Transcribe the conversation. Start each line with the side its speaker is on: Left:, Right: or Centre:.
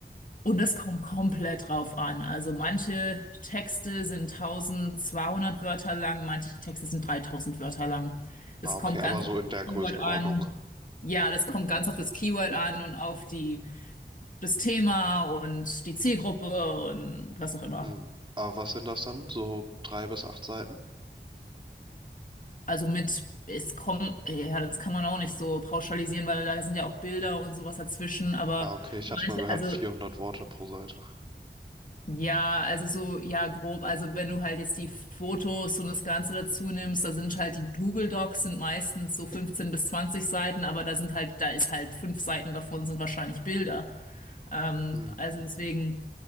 Left: Und das kommt komplett drauf an. Also manche Texte sind 1200 Wörter lang, manche Texte sind 3000 Wörter lang. Das
Right: Ah, okay,
Left: kommt
Right: aber
Left: ganz
Right: so
Left: auf das
Right: in der Größenordnung.
Left: Keyword an. Ja, das kommt ganz auf das Keyword an und auf die, das Thema und die Zielgruppe und was auch immer.
Right: Hm. Aber was sind das dann? So drei bis acht Seiten?
Left: Also mit, es kommen, ja, das kann man auch nicht so pauschalisieren, weil da sind ja auch Bilder und sowas dazwischen, aber
Right: Ah, okay, ich
Left: manche,
Right: hatte mal gehört,
Left: also
Right: vierhundert Worte pro Seite.
Left: Ja, also so, ja, grob. Also wenn du halt jetzt die Fotos und das Ganze dazu nimmst, da sind halt die Google Docs sind meistens so 15 bis 20 Seiten, aber da sind halt, da ist halt fünf Seiten davon sind wahrscheinlich Bilder. Ähm,
Right: Hm.
Left: also deswegen,